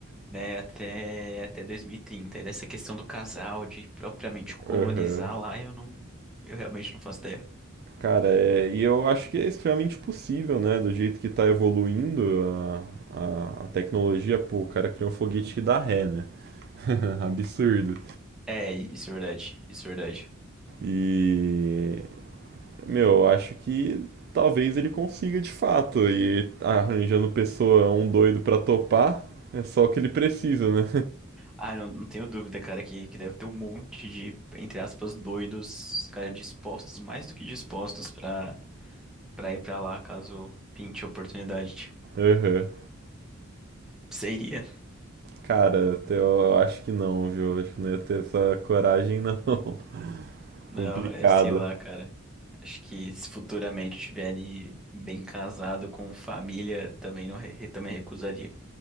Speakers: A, in the centre; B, on the right (about 50°).
A: né, até, até 2030. E trinta. E dessa questão do casal, de propriamente colonizar
B: Aham.
A: lá, eu não, eu realmente não faço ideia.
B: Cara, é, e eu acho que é extremamente possível, né? Do jeito que tá evoluindo a, a, a tecnologia, pô, o cara criou um foguete que dá ré, né? <laughs> Absurdo.
A: É, isso é verdade, isso é verdade.
B: E, meu, eu acho que talvez ele consiga de fato. E arranjando pessoa, um doido pra topar, é só o que ele precisa, né?
A: Ah, não, não tenho dúvida, cara, que, que deve ter um monte de, entre aspas, doidos, cara, dispostos, mais do que dispostos pra, pra ir pra lá, caso pinte a oportunidade.
B: <laughs> Aham.
A: Seria
B: Cara, até eu acho que não, viu? Acho que não ia ter essa coragem, não. <laughs>
A: Não,
B: Complicado.
A: é, sei lá, cara. Acho que se futuramente estiverem bem casado com família, também não re- re- também recusaria.